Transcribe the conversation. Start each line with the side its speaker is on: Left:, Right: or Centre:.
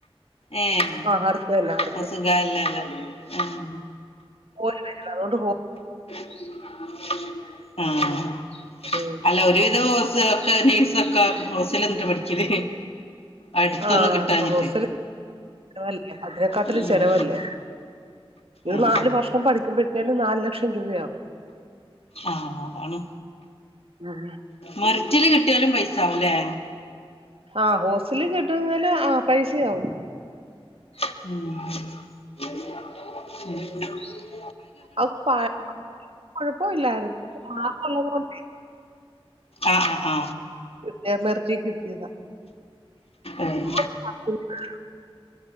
Left: ഏഹ്
Right: ആ അടുത്ത് തന്നെ അടുത്ത്
Left: അത് സുഖായിലല്ലാ ആഹ്
Right: പോയി വരി അതുകൊണ്ട് <inaudible>
Left: ആഹ്
Right: <unintelligible>
Left: അല്ല ഒരുവിധം ഹോ ഒക്കെ നഴ്സ് ഒക്കെ ഹോസ്റ്റലിൽ നിന്നാ പഠിക്കല് അടുത്തൊന്നും
Right: ആഹ്
Left: കിട്ടാഞ്ഞിട്ട്
Right: ഹോസ്റ്റല് ചെലവല്ലേ അതിനെക്കാട്ടില്
Left: ഉം.
Right: ചെലവല്ലേ ഇത്
Left: ഉം.
Right: നാലു വർഷം പഠിക്കുമ്പ ഞന് നാല് ലക്ഷം രൂപയാവും
Left: ആഹ് അതാണ്
Right: ആഹ്
Left: മെറിറ്റില് കിട്ടിയാലും പൈസ ആവല്ലേ
Right: ആഹ് ഹോസ്റ്റലിൽ കിട്ട്ന്നേല് പൈസയാവും
Left: മം <inaudible>
Right: അവക്ക് പ കൊഴപ്പ ഇല്ലായിരുന്നു ആ മാർക്ക് ഒള്ളത് കൊണ്ടേ
Left: ആ ആ ആ
Right: ട്ട മർജിട്ടത <inaudible>
Left: ഉം.
Right: <unintelligible>